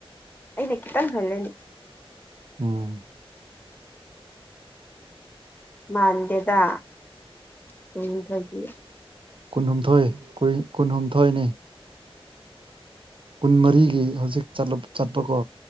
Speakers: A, on the left; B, on the right.
A: ꯑꯩꯅ ꯈꯤꯇꯪ ꯍꯜꯂꯦꯅꯦ
B: ꯎꯝ
A: ꯃꯥꯟꯗꯦꯗ ꯀꯨꯟꯍꯨꯝꯊꯣꯏꯗꯤ
B: ꯀꯨꯟꯍꯨꯝꯊꯣꯏ ꯀꯨꯟ ꯀꯨꯟꯍꯨꯝꯊꯣꯏꯅꯦ ꯀꯨꯟ ꯃꯔꯤꯒꯤ ꯍꯧꯖꯤꯛ ꯆꯂꯨꯞ ꯆꯠꯄꯀꯣ